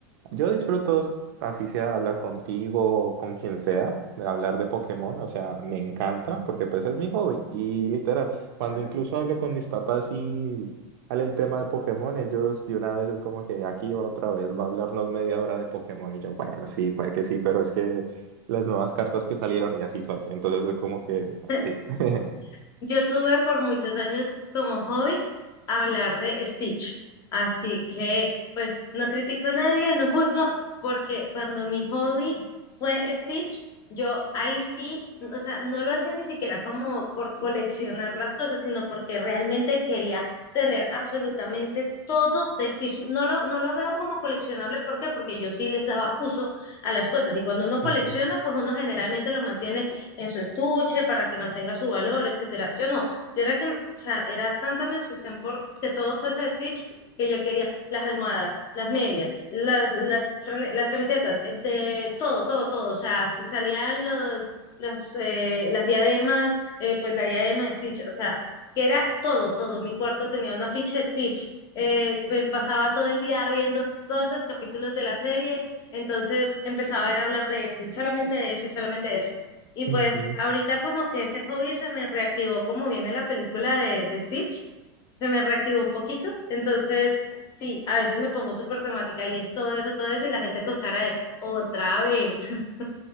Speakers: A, on the right; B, on the left.
A: yo disfruto, así sea hablar contigo o con quien sea, de hablar de Pokémon. O sea, me encanta porque pues es mi hobby. Y literal, cuando
B: Claro.
A: incluso hablo con mis papás y sale el tema de Pokémon, ellos de una vez es como que aquí va otra vez, va a hablarnos media hora de Pokémon. Y yo, bueno, sí, puede que sí, pero es que las nuevas cartas que salieron y así son. Entonces es como que
B: <laughs>
A: sí. <laughs>
B: Yo tuve por muchos años como hobby hablar de Stitch, así que pues no critico a nadie, no juzgo, porque cuando mi hobby fue Stitch, yo ahí sí, o sea, no lo hacía ni siquiera como por coleccionar las cosas, sino porque realmente quería tener absolutamente todo de Stitch. No lo, no lo veo como coleccionable, ¿por qué? Porque yo sí les daba uso a las cosas y cuando uno colecciona,
A: Ujú,
B: pues uno generalmente lo mantiene en su estuche para que mantenga su valor, etcétera. Yo no, yo era que, o sea, era tanta mi obsesión por que todo fuese de Stitch que yo quería las almohadas, las medias, las, las, frane- las camisetas, este, todo, todo, todo. O sea, si salían los, los, eh, las diademas, eh, pues la diadema de Stitch, o sea, que era todo, todo. Mi cuarto tenía una ficha de Stitch. Eh, me pasaba todo el día viendo todos los capítulos de la serie. Entonces empezaba a ver a hablar de eso y solamente de eso y solamente de eso. Y
A: ujú.
B: pues ahorita como que ese hobby se me reactivó como viene la película de, de Stitch, se me reactivó un poquito. Entonces, sí, a veces me pongo súper temática y es todo eso, todo eso, y la gente con cara de otra vez. <laughs>